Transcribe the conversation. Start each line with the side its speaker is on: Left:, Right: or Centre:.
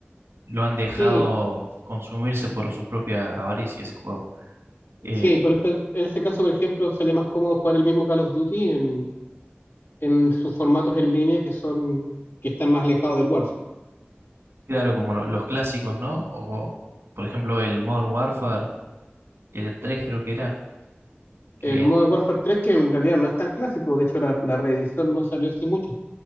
Right: lo han dejado
Left: Sí,
Right: consumirse por su propia avaricia ese juego. Eh,
Left: Sí, pero, pero en este caso, por ejemplo, sale más cómodo jugar el mismo Call of Duty en, en sus formatos en línea que son que están más alejados del Warzone.
Right: claro, como lo- los clásicos, ¿no? O, por ejemplo, el Modern Warfare, el E 3 creo que era, que...
Left: El Modern Warfare tres que en realidad no es tan clásico, de hecho la, la reedición no salió hace mucho.